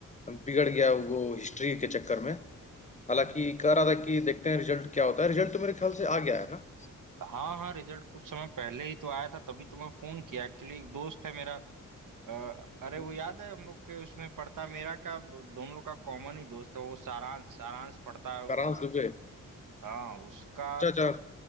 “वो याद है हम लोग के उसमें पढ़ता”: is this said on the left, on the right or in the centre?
Right